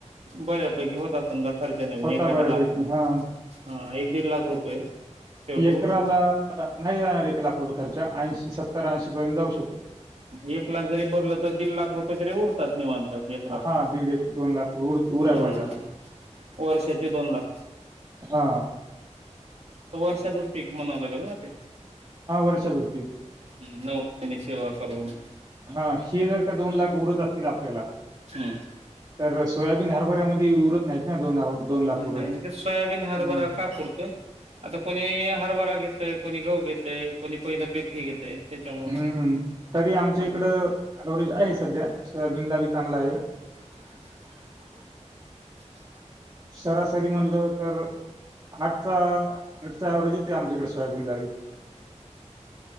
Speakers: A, on the right (about 60°); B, on the right (about 30°).
A: बऱ्या पैकी होता समजा खर्च निघन
B: होता
A: एखादी
B: बऱ्यापैकी.
A: लाख.
B: हां.
A: हा एक दीड लाख रुपये शेवटी
B: एकराला
A: उरतात.
B: नाही जाणार एक लाख रुपये खर्चा ऐंशी सत्तर ऐंशी पर्यंत जाऊ शकतो.
A: एक लाख जरी भरलं तर दीड लाख रुपये तरी उरतात निवांत. एकरा
B: हां,
A: ला
B: दीड एक उर उरायला
A: दोन
B: पाहिजे.
A: लाख रुपेयं वर्षाचे दोन लाख
B: हा.
A: वर्षाचं पीक म्हणाला ना ते.
B: हा वर्षाचं पीक
A: हम् नवनी सेवा करूनून.
B: हा हे जर का दोन लाख उरत असतील आपल्याला?
A: हा
B: तर सोयाबीन, हरभर्यामध्ये उरत नाहीत ना दोन <unintelligible> दोन लाख
A: नाही
B: रुपये.
A: ते सोयाबीन हरभरा
B: हम्म.
A: का पुरतोय. आता कोणी हरभरा घेतय, कोणी गहू घेतय, कोणी पहिलं पीक हे घेतय. त्याच्यामुळ
B: हम्म तरी आमच्या
A: आता
B: इकडं अव्हरेज आहे सध्या सोयाबीन ला बी चांगला आहे.
A: <inaudible>
B: सरासरी म्हणलं तर आठचा आठचा ऍव्हरेज येतेय आमच्याइकड सोयाबीन ला बी